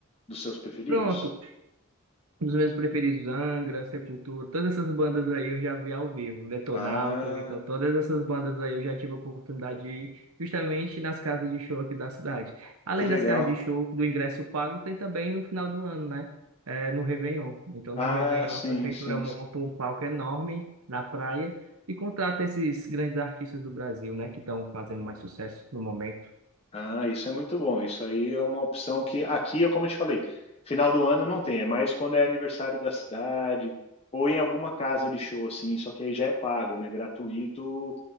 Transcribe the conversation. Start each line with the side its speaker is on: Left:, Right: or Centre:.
Left: dos seus preferidos?
Right: Pronto, Um meus preferidos, Angra, Sepultura, todas essas bandas aí eu já vi ao vivo, Detonautas,
Left: Ah,
Right: então todas essas bandas aí eu já tive a oportunidade de ir justamente nas casas de show aqui da cidade. Além
Left: que legal.
Right: das casas de show, do ingresso pago, tem também no final do ano, né? É, no Réveillon. Então no
Left: Ah,
Right: Réveillon
Left: sim,
Right: a prefeitura
Left: sim,
Right: monta
Left: sim.
Right: um palco enorme na praia e contrata esses grandes artistas do Brasil, né? Que estão fazendo mais sucesso no momento.
Left: Ah, isso é muito bom. Isso aí é uma opção que aqui, é como eu te falei, final do ano não tem, é mais quando é aniversário da cidade ou em alguma casa de show assim, só que aí já é pago, né? Gratuito